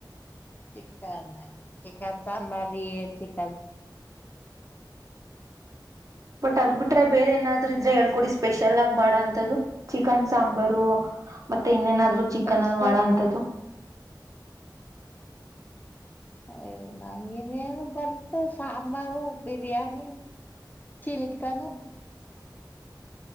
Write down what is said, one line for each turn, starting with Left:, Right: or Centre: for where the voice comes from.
Left: ಚಿಕನ್ ಚಿಕನ್ ಸಾಂಬಾರಿ ಚಿಕನ್
Right: ಬಟ್ ಅದ್ ಬಿಟ್ರೆ ಬೇರೆ ಏನಾದ್ರು ಇದ್ರೆ ಹೇಳ್ಕೊಡಿ ಸ್ಪೆಷಲ್ ಆಗಿ ಮಾಡ ಅಂಂತದ್ದು ಚಿಕನ್ ಸಾಂಬಾರು ಮತ್ತೆ ಇನ್ನೇನಾದ್ರು ಚಿಕನ್
Left: ಸ್ಪೆಷಲ್
Right: ಅಲ್ ಮಾಡ ಅಂತದ್ದು
Left: ಯ್ ನಂಗನೇನು ಬರುತ್ತೆ sambar biryani chilli chicken